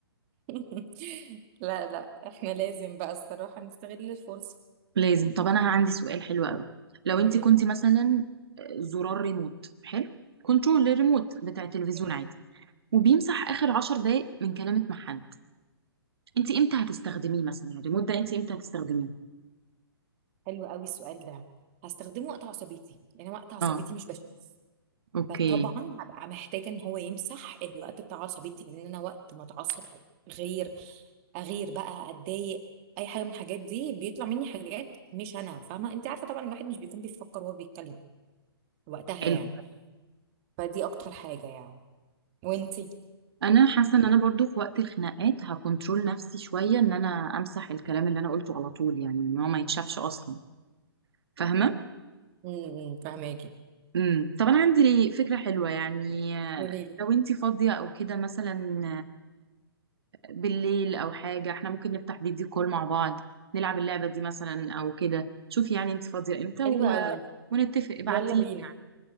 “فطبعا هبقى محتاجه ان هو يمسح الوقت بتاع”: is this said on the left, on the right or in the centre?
Right